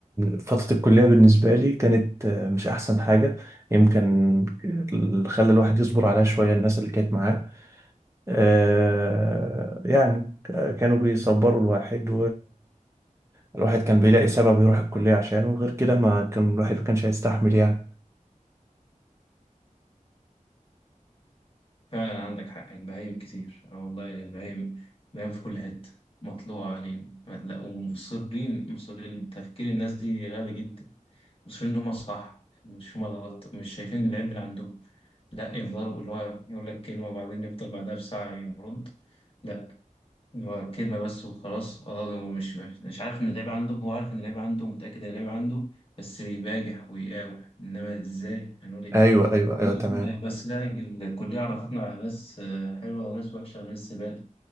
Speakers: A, on the right; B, on the left.
A: فترة الكلية بالنسبة لي كانت آه، مش أحسن حاجة يمكن اللي خلى الواحد يصبر عليها شوية الناس اللي كانت معاه آه، يعني كانوا بيصبروا الواحد الواحد كان بيلاقي سبب يروح الكلية عشانه غير كده ما كان الواحد ما كانش هيستحمل يعني
B: فعلا عندك حق البهايم كتير اه والله البهايم البهايم في كل حتة مطلوعة علينا لا ومصرين مصرين تفكير الناس دي غبي جدا مصرين إن هما صح مش هما غلط مش شايفين العيب اللي عندهم لا يفضلوا اللي هو يقول لك كلمة وبعدين يفضل بعدها بساعة يرد لا هو كلمة بس وخلاص اه هو مش مش عارف ان اللعيبة عنده هو عارف ان اللعيبة عنده متأكد ان اللعيبة عنده بس بيباجح ويقاوح انما ازاي هنقول ايه
A: ايوه ايوه
B: يلا،
A: ايوه تمام
B: بس لا الكلية عرفتنا على ناس آه، حلوة وناس وحشة وناس زبالة